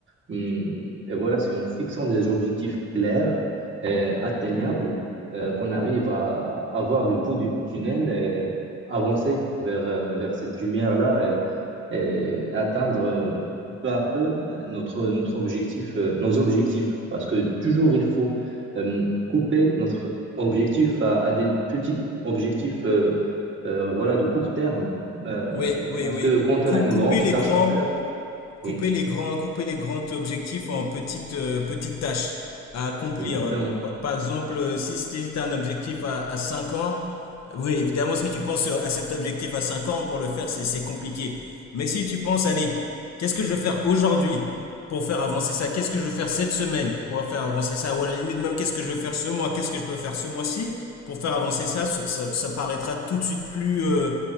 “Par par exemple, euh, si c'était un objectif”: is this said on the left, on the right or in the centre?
Left